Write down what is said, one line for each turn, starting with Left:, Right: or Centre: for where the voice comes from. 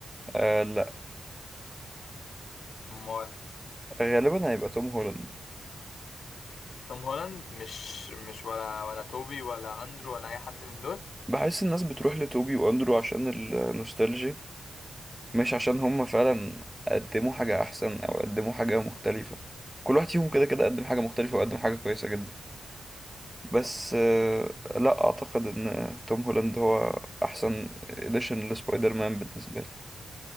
Centre: آه،
Left: امال
Centre: غالبا هيبقى توم هولاند
Left: توم هولاند مش مش ولا ولا توبي ولا اندرو ولا اي حد من دول
Centre: بحس الناس بتروح لتوبي واندرو عشان النوستالجيا مش عشان هم فعلا قدموا حاجة أحسن أو قدموا حاجة مختلفة كل واحد فيهم كده كده قدم حاجة مختلفة وقدم حاجة كويسة جدا بس آه، لا أعتقد إن توم هولاند هو أحسن إديشن لسبايدر مان بالنسبة لي